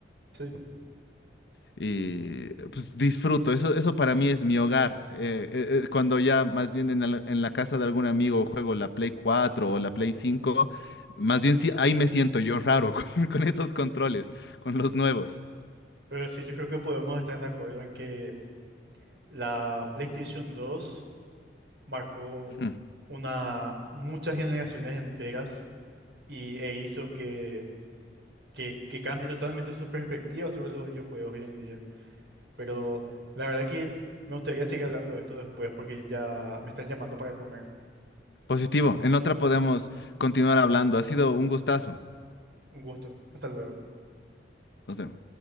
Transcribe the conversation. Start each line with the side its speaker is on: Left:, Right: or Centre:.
Right: sí.
Left: y pues, disfruto. Eso, eso para mí es mi hogar. Eh, eh, eh, cuando ya más bien en la, en la casa de algún amigo juego la Play cuatro o la Play cinco más bien sí, ahí me siento yo raro <laughs> con, con esos controles, con los nuevos.
Right: Pero sí, yo creo que podemos estar de acuerdo en que la PlayStation 2 marcó
Left: Ujú.
Right: una, muchas generaciones enteras y, e hizo que, que, que cambie totalmente su perspectiva sobre los videojuegos hoy en día. Pero la verdad que me gustaría seguir hablando de esto después porque ya me están llamando para comer.
Left: Positivo. En otra podemos continuar hablando. Ha sido un gustazo.
Right: Un gusto. Hasta luego.
Left: Nos vemos.